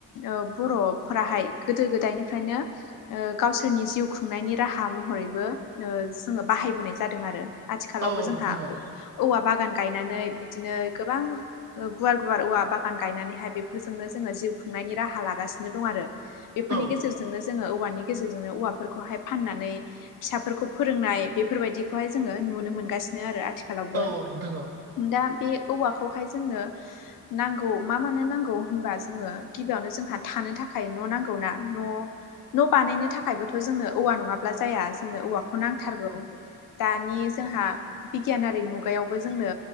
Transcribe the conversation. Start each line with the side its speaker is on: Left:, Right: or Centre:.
Left: ओ बर'फोराहाय गोदो गोदायनिफ्रायनो ओ गावसोरनि जिउ खुंनायनि राहा महरैबो जोङो बाहायबोनाय जादों आरो आथिखालावबो
Right: औ औ
Left: जोंहा
Right: नोंथां औ
Left: औवा बागान गायनानै बिदिनो गोबां गुवार गुवार औवा बागान गायनानैहाय बेफोरजोंनो जोङो जिउ खुंनायनि राहा लागासिनो दं आरो बेफोरनि
Right: औ नोंथां औ
Left: गेजेरजोंनो जोङो औवानि गेजेरजोंनो औवाफोरखौहाय फाननानै फिसाफोरखौ फोरोंनाय बेफोरबायदिखौहाय जोङो नुनो मोनगासिनो। आरो आथिखालावबो
Right: औ औ नोंथां औ नोंथां औ नोंथां औ
Left: दा बे औवाखौहाय जोंनो नांगौ मा मानो नांगौ होनबा जोङो गिबियावनो जोंहा थानो थाखाय थाखाय न' नांगौनाा न' न' बानायनो थाखायबोथ' थ' जोंनो औवा नङाब्ला जाया जोंनो औवाखौ नांथारगौ दानि जोंहा बिगियानारि मुगायावबो जोंनो